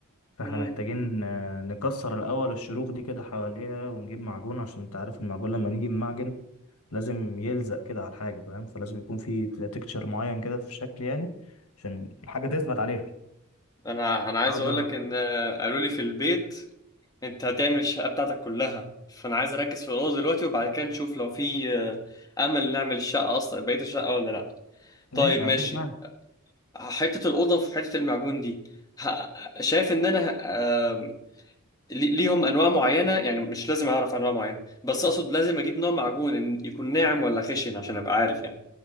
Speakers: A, on the left; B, on the left.
A: فاحنا
B: مم.
A: محتاجين آه، نكسر الاول الشروخ دي كده حواليها ونجيب معجون عشان انت عارف المعجون لما نيجي بمعجن لازم يلزق كده على الحاجه فاهم فلازم يكون في تكتشر معين كده في شكل يعني عشان الحاجه تثبت عليها
B: انا انا عايز
A: بعد
B: اقول لك ان آه، قالوا لي في البيت انت هتعمل الشقه بتاعتك كلها فانا عايز اركز في الاوضه دلوقتي وبعد كده نشوف لو في آه، امل نعمل الشقه اصلا بقيه الشقه ولا لا
A: ماشي
B: طيب ماشي
A: ما عنديش مانع
B: حته الاوضه في حته المعجون دي ه- شايف ان انا آم، لي- ليهم انواع معينه يعني مش لازم اعرف انواع معينه بس اقصد لازم اجيب نوع معجون إن يكون ناعم ولا خشن عشان ابقى عارف يعني